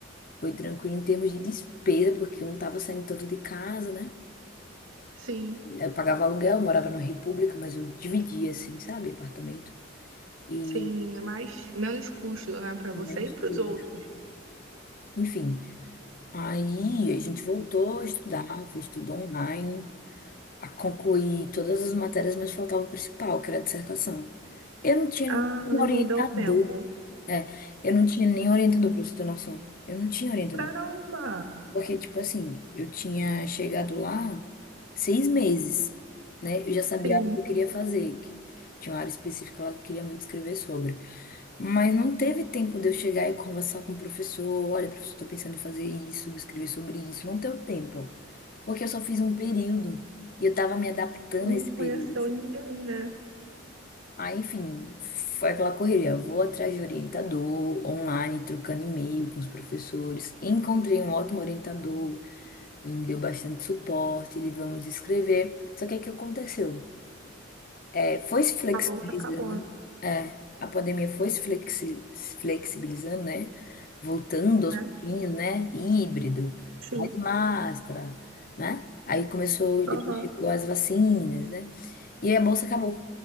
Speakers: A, on the left; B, on the right.
A: Foi tranquilo em termos de despesa, porque eu não estava saindo tanto de casa, né?
B: Sim,
A: Eu pagava aluguel, eu morava na República, mas eu dividia, assim, sabe? Apartamento. E
B: sim, é mais menos custo, né, para você
A: menos
B: e para
A: custo.
B: os outros.
A: Enfim, aí a gente voltou a estudar, fez tudo online, a concluir todas as matérias, mas faltava o principal, que era a dissertação. Eu não tinha
B: Ah,
A: um orientador
B: não deu tempo.
A: É, eu não tinha nem orientador, pra você ter noção. Eu não tinha orientador.
B: Caramba.
A: Porque, tipo assim, eu tinha chegado lá seis meses, né? Eu já sabia
B: Sim,
A: o que eu queria fazer. que Tinha uma área específica lá que eu queria muito escrever sobre. Mas não teve tempo de eu chegar e conversar com o professor. Olha, professor, tô pensando em fazer isso, escrever sobre isso. Não deu tempo. Porque eu só fiz um período. E eu tava me adaptando
B: não
A: a esse
B: conheceu
A: período.
B: ninguém, né?
A: Aí, enfim, foi aquela correria. Vou atrás de orientador, online, trocando e-mail com os professores. Encontrei um ótimo orientador, ele me deu bastante suporte, ele vamos escrever. Só que o que aconteceu? É, foi se flexibilizando,
B: A bolsa acabou,
A: é, a pandemia foi se flexi- se flexibilizando, né? Voltando aos
B: né?
A: pouquinhos, né? Híbrido,
B: Sim.
A: vai de máscara, né? Aí começou, depois
B: Aham.
A: chegou as vacinas, né? E a bolsa acabou.